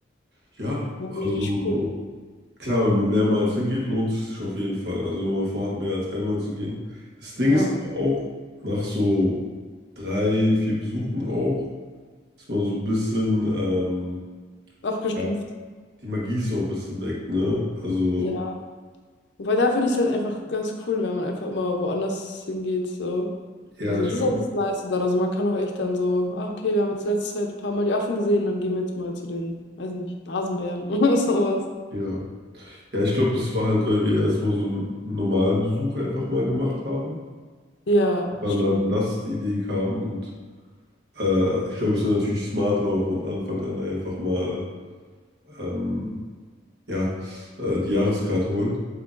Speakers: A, on the right; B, on the left.
A: Ja,
B: War
A: also
B: mir richtig cool.
A: Klar, wenn man mehrmals hingeht, lohnt es sich auf jeden Fall. Also wenn man vorhat, mehr als einmal zu gehen. Das Ding
B: Ja,
A: ist aber auch, nach so drei, vier Besuchen auch, ist man so ein bisschen, ähm,
B: abgestumpft.
A: ja, die Magie ist auch ein bisschen weg, ne? Also,
B: Ja. Wobei da finde ich es halt einfach ganz cool, wenn man einfach immer woanders hingeht, so.
A: ja,
B: Also
A: ich
B: das ist
A: glaube,
B: alles nice und dann, also man kann auch echt dann so, ah, okay, wir haben jetzt letzte Zeit ein paar Mal die Affen gesehen, dann gehen wir jetzt mal zu den, weiß nicht, Nasenbären <laughs> oder sowas.
A: ja. Ja, ich glaube, das war halt, weil wir erstmal so einen normalen Besuch einfach mal gemacht haben.
B: Ja,
A: Dann
B: stimmt.
A: dann das die Idee kam und äh, ich glaube, es wäre natürlich smarter, wenn man von Anfang an einfach mal ähm, ja, äh, die Jahreskarte holt.